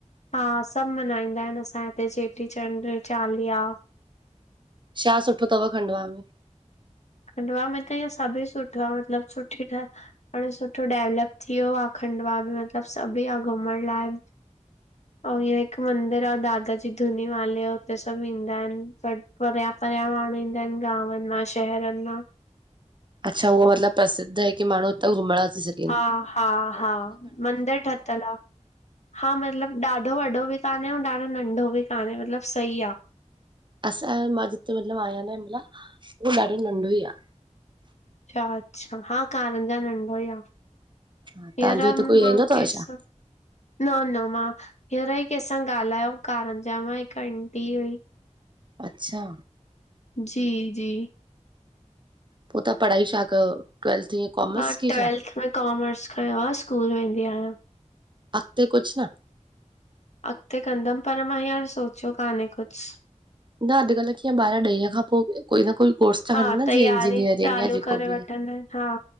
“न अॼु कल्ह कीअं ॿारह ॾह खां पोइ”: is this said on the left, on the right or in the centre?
Right